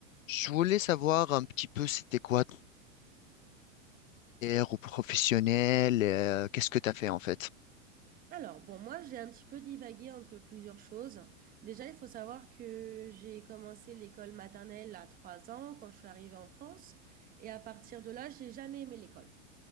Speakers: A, on the left; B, on the right.
A: Je voulais savoir un petit peu c'était quoi ton carrière au professionnel, euh, qu'est-ce que tu as fait en fait?
B: Alors, bon, moi, j'ai un petit peu divagué entre plusieurs choses. Déjà, il faut savoir que j'ai commencé l'école maternelle à 3 ans quand je suis arrivée en France. Et à partir de là, j'ai jamais aimé l'école.